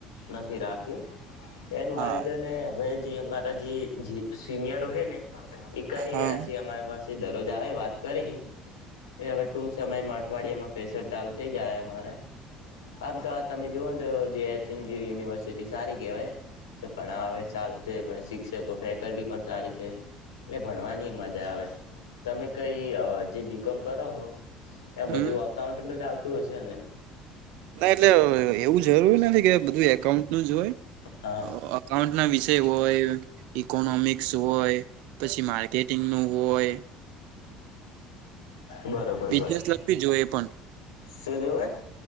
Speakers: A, on the left; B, on the right.
A: નથી રાખી. એનું
B: હા
A: આયોજન હવે જે અમારા જે સિનિયરો છે ને એક કરી
B: હા
A: રહ્યા છે અમારી પાસે દરરોજ આવે વાત કરીે છે હવે ટુંક સમયમાં અઠવાડિયામાં પ્રેશર ચાલુ થઈ જાય અમારે આમ તો આ તમે જુઓ તો જેએચનજી યુનિવર્સિટી સારી કહેવાય પણ હવે સારું છે પણ શિક્ષકો ફેકલ્ટી પણ સારી છે એટલે ભણવાની મજા આવે તમે કઈ જે બીકોમ કરો હો એ
B: હમ
A: બધું અકાઉન્ટનું જ આવતું હશે ને.
B: ના એટલે એવું જરૂર નથી કે બધું એકાઉન્ટ નું જ હોય.
A: હા
B: અકાઉન્ટ ના વિષય હોય ઈકોનોમિક્સ હોય. પછી માર્કેટિંગ નું હોય.
A: બરોબર
B: બિઝનેસ
A: બરોર
B: લગતી જ હોય એ પણ
A: શું જોવે?